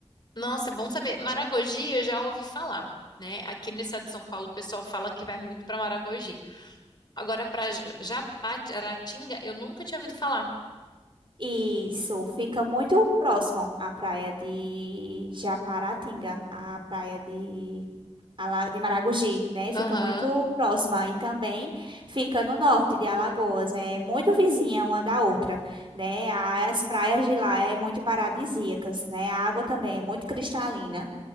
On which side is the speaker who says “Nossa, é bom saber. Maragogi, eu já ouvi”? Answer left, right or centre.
Left